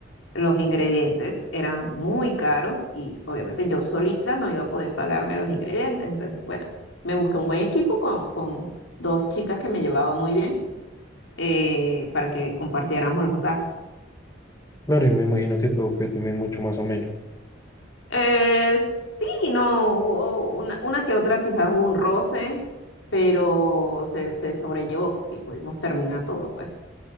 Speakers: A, on the left; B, on the left.
A: los ingredientes eran muy caros y obviamente yo solita no iba a poder pagarme los ingredientes. Entonces, bueno, me busqué un buen equipo con, con dos chicas que me llevaba muy bien eh, para que compartiéramos los gastos.
B: Claro, y me imagino que todo fue también mucho más ameno,
A: Eh, sí, no, hubo una, una que otra quizás hubo un roce, pero se, se sobrellevó y pudimos terminar todo, pues.